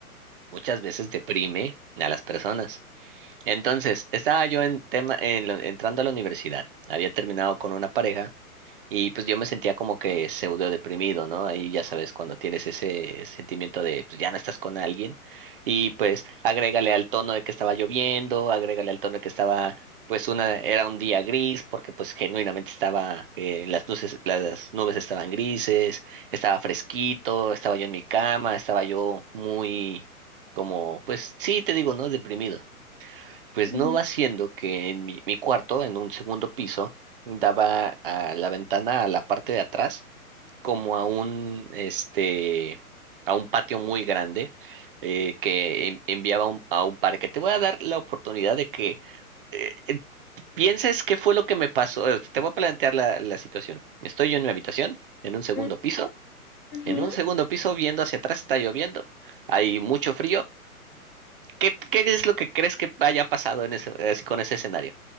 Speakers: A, on the right; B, on the left.
A: muchas veces deprime a las personas. Entonces, estaba yo en tema, en la- entrando a la universidad, había terminado con una pareja y pues yo me sentía como que pseudo deprimido, ¿no? Ahí ya sabes, cuando tienes ese sentimiento de pues ya no estás con alguien. Y pues agrégale al tono de que estaba lloviendo, agrégale al tono de que estaba, pues una, era un día gris, porque pues genuinamente estaba, eh, las luces, las nubes estaban grises, estaba fresquito, estaba yo en mi cama, estaba yo muy como, pues sí, te digo, ¿no? Deprimido. Pues
B: ujú,
A: no va siendo que en mi, mi cuarto, en un segundo piso, daba a la ventana a la parte de atrás, como a un, este, a un patio muy grande eh, que en- enviaba un- a un parque. Te voy a dar la oportunidad de que eh, eh, pienses qué fue lo que me pasó. Eh, Te voy a plantear la, la situación. Estoy yo en mi habitación, en un segundo
B: ujú,
A: piso.
B: ujú.
A: En un segundo piso, viendo hacia atrás, está lloviendo. Hay mucho frío. ¿Qué, qué es lo que crees que haya pasado en ese, así con ese escenario?